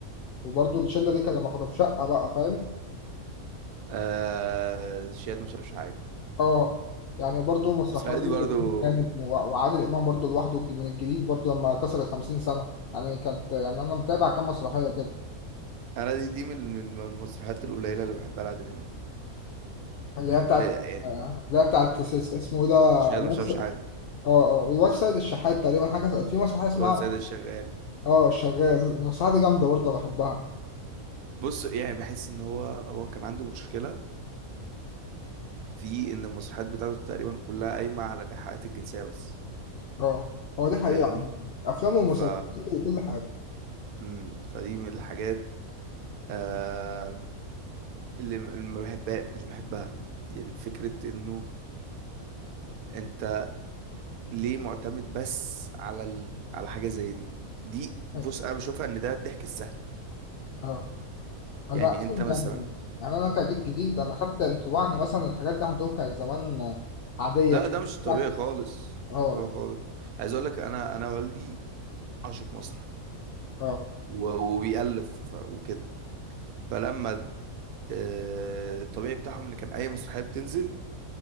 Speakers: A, on the left (about 70°); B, on the right (about 80°).
A: وبرضو الشلة دي كان لما كانوا في شقة بقى فاهم
B: آه شاهد مش عارفش حاجه
A: اه يعني برضو مسرحيات
B: المسرحيه
A: برضو
B: دي برضو
A: كانت و- وعادل إمام برضو لوحده الج- من الجديد برضو لما كسر الخمسين سنة يعني كانت يعني أنا متابع كام مسرحية كده
B: انا دي, دي من الم- المسرحيات القليله اللي بحبها لعادل امام
A: اللي هي بتاعت
B: لا، يعني
A: آه، اللي هي بتاعت س- س- اسمه إيه ده اه
B: شاهد مش عارفش حاجه
A: اه والواد سيد الشحات تقريبا حاجة في مسرحية اسمها
B: هو سيد الشغال
A: اه الشغال المسرحية دي جامدة برضه بحبها
B: بص يعني بحس ان هو هو كان عنده مشكله في ان المسرحيات بتاعته تقريبا كلها قايمه على الايحاءات الجنسيه بس
A: اه هو دي حقيقة
B: فاهمني
A: عموما أفلام ومسلسلات
B: ف
A: وكل حاجة
B: امم فدي من الحاجات آه اللي م- اللي ما بحبها ما كنتش بحبها يعني فكرة انه انت ليه معتمد بس على ال... على حاجة زي دي دي بص
A: أيوة.
B: انا بشوفها ان ده الضحك السهل
A: اه أنا
B: يعني
A: أصلا
B: انت مثلا
A: يعني يعني أنا كجيل جديد أنا خدت انطباع إن مثلا الحاجات دي عندهم كانت زمان عادية
B: لا
A: كده
B: ده مش طبيعي
A: اه
B: خالص مش
A: اه
B: طبيعي خالص عايز اقول لك انا انا والدي عاشق مسرح
A: اه
B: و... وبيألف ف- وكده فلما آه الطبيعي بتاعهم ان كان اي مسرحية بتنزل